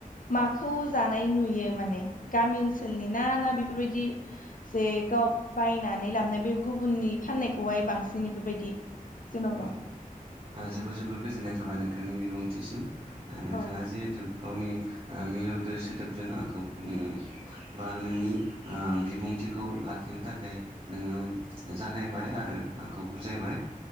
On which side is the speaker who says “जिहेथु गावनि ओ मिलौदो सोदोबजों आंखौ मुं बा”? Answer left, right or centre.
Right